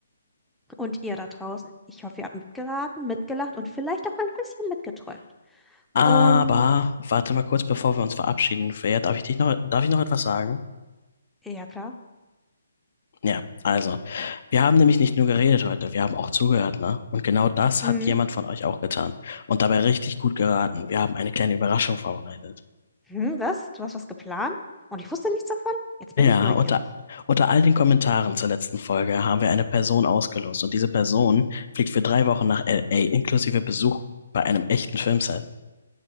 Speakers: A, in the centre; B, on the left (about 50°).
A: und ihr da draußen, ich hoffe, ihr habt mitgeraten, mitgelacht und vielleicht auch ein bisschen mitgeträumt.
B: Aber
A: Und
B: warte mal kurz, bevor wir uns verabschieden, Freya, darf ich dich noch, darf ich noch etwas sagen?
A: ja, klar.
B: Ja, also, wir haben nämlich nicht nur geredet heute, wir haben auch zugehört, ne? Und genau das
A: Mhm.
B: hat jemand von euch auch getan. Und dabei richtig gut geraten. Wir haben eine kleine Überraschung vorbereitet.
A: Hm, was? Du hast was geplant? Und ich wusste nichts davon? Jetzt bin
B: Ja,
A: ich neugierig.
B: unter, unter all den Kommentaren zur letzten Folge haben wir eine Person ausgelost. Und diese Person fliegt für drei Wochen nach LA, inklusive Besuch bei einem echten Filmset.